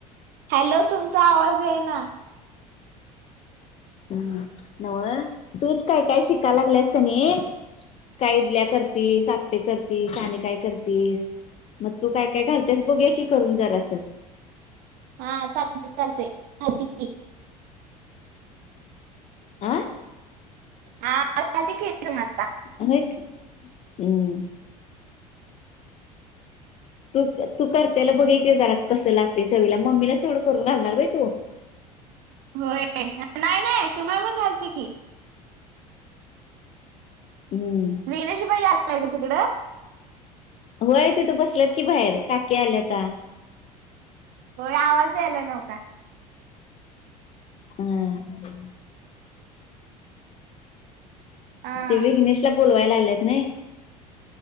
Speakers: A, on the right (about 50°); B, on the left (about 35°).
A: हॅलो तुमचा आवाज येईना
B: होय नव तूच काय काय शिकाय लागल्यास कणी काय इडल्या करतीस आप्पे करतीस आणि काय करतीस म तू काय काय घालत्यास बघूया की करून जरासं.
A: हा चालत चालतंय घालते की
B: आ
A: हा घालते की तुम्हाला
B: <unintelligible> हम्म तू तू करतेल बघूया की जरा कसं लागतंय चवीला मम्मीलाच तेवढं करून घालणार व्हय तू?
A: होय. नाही नाही तुम्हाला पण घालते की
B: हम्म
A: विघ्नेश भैय्या आलाय काय तिकडं?
B: होय तिथं बसल्यात की बाहेर काकी आल्याता
A: व्हय आवाज यालाय नव्ह का
B: हम्म
A: हा
B: ते विघ्नेशला बोलवायला आल्यात नाही